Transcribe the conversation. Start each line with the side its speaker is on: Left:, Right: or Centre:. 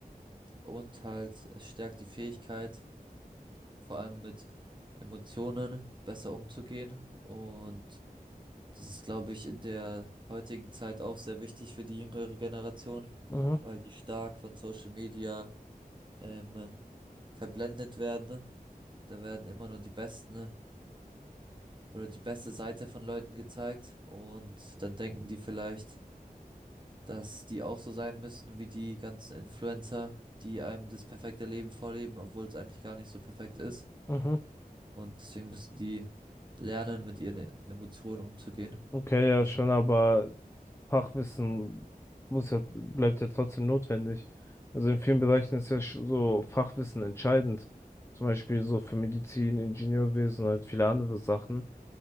Right: Und halt es stärkt die Fähigkeit, vor allem mit Emotionen besser umzugehen und Das ist, glaube ich, in der heutigen Zeit auch sehr wichtig für die jüngere Generation,
Left: Mhm.
Right: weil die stark von Social Media ähm, verblendet werden. ne? Da werden immer nur die besten ne, oder die beste Seite von Leuten gezeigt und dann denken die vielleicht, dass die auch so sein müssen wie die ganzen Influencer, die einem das perfekte Leben vorleben, obwohl es eigentlich gar nicht so perfekt ist.
Left: Mhm.
Right: Und deswegen müssen die lernen, mit ihren E- Emotionen umzugehen.
Left: Okay, ja
Right: Richtig.
Left: schon, aber Fachwissen muss ja, bleibt ja trotzdem notwendig. Also in vielen Bereichen ist ja sch- so Fachwissen entscheidend. Zum Beispiel so für Medizin, Ingenieurwesen und halt viele andere Sachen.